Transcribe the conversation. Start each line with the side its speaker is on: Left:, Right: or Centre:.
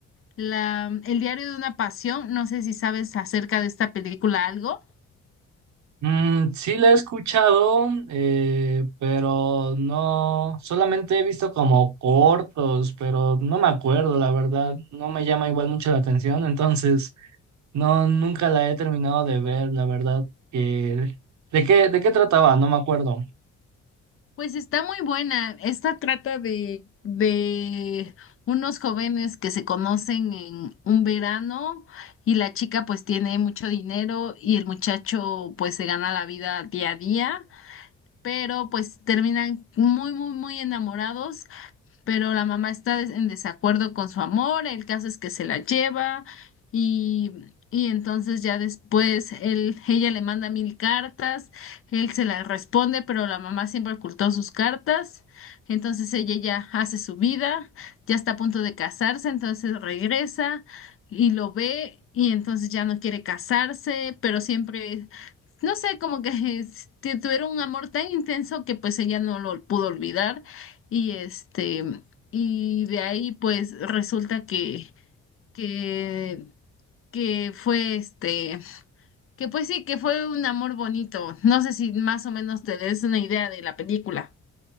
Left: la, El diario de una pasión. No sé si sabes acerca de esta película algo.
Right: Mm, sí la he escuchado, eh, pero no, solamente he visto como cortos, pero no me acuerdo, la verdad, no me llama igual mucho la atención, entonces no, nunca la he terminado de ver, la verdad, que, ¿de qué, de qué trataba? No me acuerdo.
Left: Pues está muy buena. Esta trata de, de unos jóvenes que se conocen en un verano y la chica pues tiene mucho dinero y el muchacho pues se gana la vida día a día, pero pues terminan muy, muy, muy enamorados pero la mamá está des- en desacuerdo con su amor, el caso es que se la lleva y, y entonces ya después él, ella le manda mil cartas, él se las responde, pero la mamá siempre ocultó sus cartas, entonces ella ya hace su vida, ya está a punto de casarse, entonces regresa y lo ve y entonces ya no quiere casarse, pero siempre... No sé, como que <laughs> es- tuvieron un amor tan intenso que pues ella no lo pudo olvidar y este, y de ahí pues resulta que, que, que fue este, que pues sí, que fue un amor bonito. No sé si más o menos te des una idea de la película.